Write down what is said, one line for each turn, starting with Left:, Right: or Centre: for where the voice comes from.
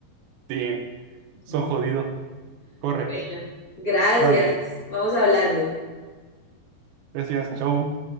Right: Sí,
Left: <laughs>
Right: son jodidos. Corre,
Left: Bueno, gracias.
Right: run.
Left: Vamos hablando.
Right: Gracias, chau.